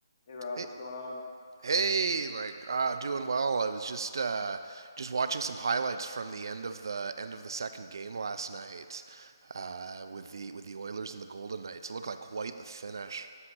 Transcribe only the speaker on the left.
Hey Rob,
what's going on?